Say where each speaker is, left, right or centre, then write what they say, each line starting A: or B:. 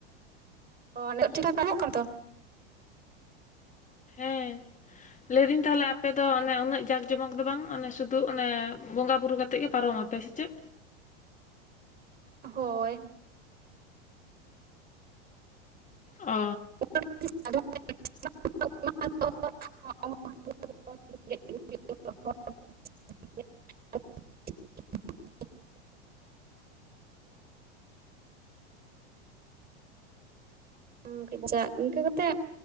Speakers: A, on the right (about 25°); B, on the left (about 20°).
A: ᱱᱤᱛᱚᱜ ᱴᱷᱤᱠ ᱴᱷᱟᱠ‌ ᱟᱸᱡᱚᱢᱚᱜ ᱠᱟᱱᱟ ᱛᱚ <inaudible>
B: ᱦᱮᱸ᱾ ᱞᱟᱹᱭᱫᱟᱹᱧ ᱛᱟᱦᱚᱞᱮ ᱟᱯᱮᱫᱚ ᱚᱱᱮ ᱩᱱᱟᱹᱜ ᱡᱟᱠ ᱡᱚᱢᱚᱠ ᱫᱚ ᱵᱟᱝ ᱚᱱᱮ ᱥᱩᱫᱩ ᱚᱱᱮ ᱵᱚᱸᱜᱟ ᱵᱩᱨᱩ ᱠᱟᱛᱮᱫ ᱜᱮ ᱯᱟᱨᱚᱢᱟ ᱯᱮ ᱥᱮ ᱪᱮᱫ?
A: ᱦᱳᱭ ᱾
B: ᱚ ᱾
A: <unintelligible> <unintelligible> ᱤᱱᱠᱟᱹ ᱵᱚ ᱪᱟᱜ ᱤᱱᱠᱟᱹ ᱠᱟᱛᱮ -ᱼ